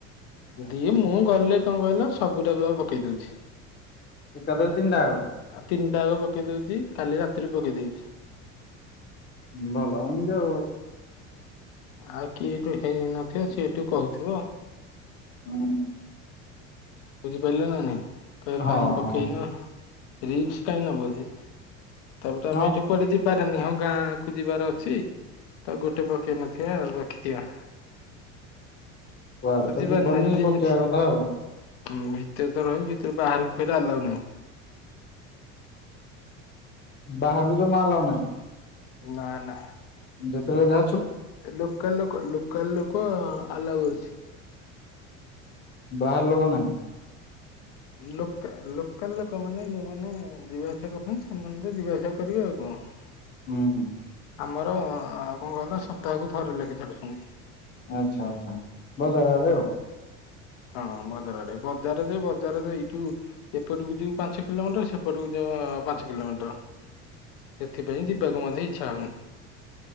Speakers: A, on the left; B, on the left.
A: ଆଚ୍ଛା
B: ଦିଏ ମୁଁ ଗଲେ କଣ କହିଲା ସବୁଟାକ ପକେଇ ଦଉଛି
A: ଏକାଥରେ ତିନିଟା ଯାକ
B: ତିନିଟା ଆ ପକେଇ ଦଉଛି କାଲି ରାତି ତପ କେଦି
A: ଭଲ ଯ
B: ଆଉ କିଏଠୁ ହେଇନଥିବ ସେଠୁ କହୁଥିବ
A: ହଁ
B: ବଝି ପହିଲ ନା ନାଇ କ
A: ହଁ
B: କାଇ ପକେଇ
A: ହଁ
B: ନ ରିକ୍ କାାଇଁ ନବଝ ତାପଟ ଆମେ
A: ହଁ
B: ଏଇଠି କୁଆଡେ ଯିବା ଯିବାର ନିହଁ ଗାଁ କୁ ଯିବାର ଅଛି ତ ଗୋଟେ ପକେଇ ନଥିବାଉ ରଖିଥିବା
A: କୁଆଡେ ତ
B: ଯିବାର
A: ଯିବନି
B: ନାହିଁ ଯେମିତି
A: ପକେଇବା କଥା ଆଉ
B: ହୁଁ ଭିତରେ ତ ରହିବି ଭିତରେ ବାହାରକୁ ଫେର ଆ ଲାଗନି
A: ବାହାରୁ ଜମା ହେଲା ନାହିଁ
B: ନା ନା
A: ଯେତେବେଳେ ଯା
B: ଲୋକାଲ ଲୋକ ଲୋକାଲ ଲୋକ ଆଲଗ ଅଉଛି
A: ବାହାର ଲୋକ ନାଁ
B: ଲୋକ ଲୋକାଲ ଲୋକମାନୋନେ ଯୋଉମାନେ ଯିବା ଆସିବା କରୁଛନ୍ତି ସେମାନେ ତ ଯିବାଆସିବା କରିବେ ଆଉ କଣ
A: ହଁ
B: ଆମର କଣ କହିଲ ସପ୍ତାହକୁ ଥରେ ଲେଖି ଚାଲୁଛନ୍ତି
A: ଆଚଛା ଆଚ୍ଛା ବସାରଉ
B: ହଁ ବଜାର ଆଡେ ବଜାର ଯ ବଜାର ଯ ଏଇଠୁ ଏପଟକୁ ଯାଉ ପାଞ୍ଚ କିଲୋମିଟର ସେପଟକୁ ଯାଉ ପାଞ୍ଚ କିଲୋମିଟର ସେଥିପାଇଁ ଯିବାକୁ ମ ଇଚ୍ଛା ହଉନି